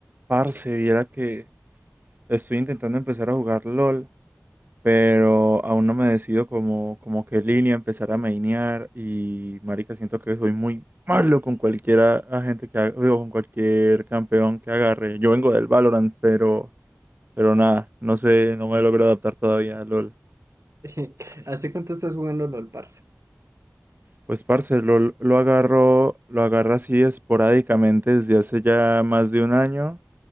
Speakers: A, on the right; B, on the right.
A: Parce, viera que estoy intentando empezar a jugar LOL, pero aún no me decido como, como qué línea empezar a mainear y marica, siento que soy muy malo con cualquiera agente que haga, digo, con cualquier campeón que agarre. Yo vengo del Valorant, pero, pero nada, no sé, no me logro adaptar todavía a LOL.
B: <laughs> ¿Hace cuánto estás jugando LOL, parce?
A: Pues parce, LOL lo agarro, lo agarro así esporádicamente desde hace ya más de un año.